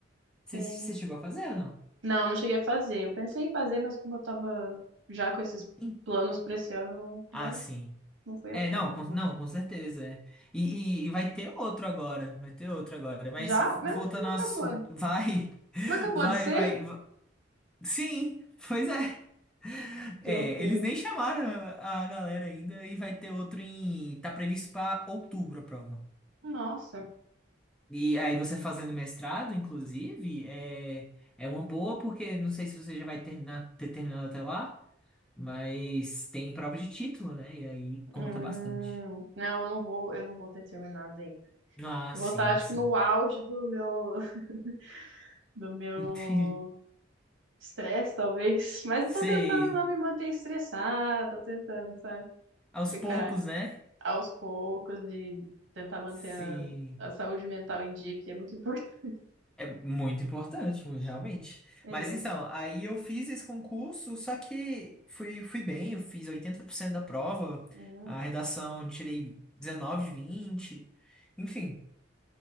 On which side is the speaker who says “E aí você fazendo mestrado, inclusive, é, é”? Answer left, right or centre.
Centre